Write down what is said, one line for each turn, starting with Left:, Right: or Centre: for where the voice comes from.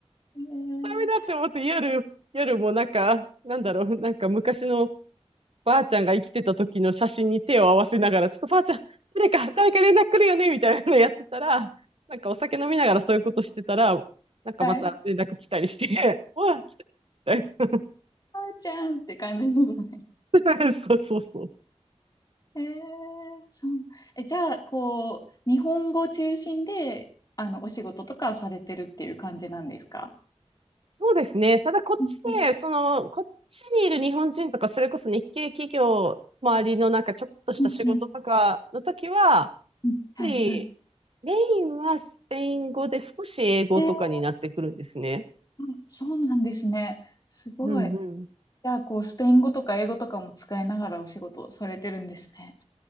Left: <laughs> えー、
Right: メだって思って夜、夜もなんか、なんだろう、なんか昔のばあちゃんが生きてた時の写真に手を合わせながら、ちょっとばあちゃん、誰か、誰か連絡来るよねみたいなのやってたら、なんかお酒飲みながらそういうことしてたら、なんかまた連絡来たりして、
Left: はい。
Right: <laughs> うわ、<laughs>
Left: あーちゃんって感じですね。
Right: そうそうそう。
Left: えー、そう。え、じゃあ、こう、日本語中心で、あの、お仕事とかされてるっていう感じなんですか
Right: そうですね。ただこっちで、
Left: うんうん
Right: その、こっちにいる日本人とか、それこそ日系企業周りのなんかちょっとした仕事とかの時は、
Left: うん
Right: やっ
Left: うんはいはい。
Right: ぱりメインはスペイン語で少し英語とかになってくるんですね。
Left: えー、あそうなんですね。すごい。
Right: うんうん。
Left: じゃあ、こう、スペイン語とか英語とかも使いながらお仕事をされてるんですね。